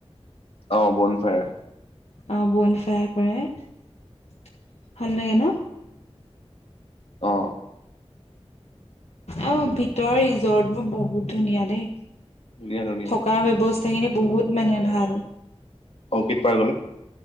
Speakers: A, on the left; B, on the left.
A: অ বন ফায়াৰ।
B: অ বন ফায়াৰ কৰে। ভাল লাগে ন?
A: অ।
B: অ ভিতৰ ৰিজৰ্ট বোৰ বহুত ধুনীয়া দেই।
A: ধুনীয়া ধুনীয়া
B: থকা ব্যৱস্থা খিনি বহুত মানে ভাল।
A: অৰ্কিড পাৰ্কলে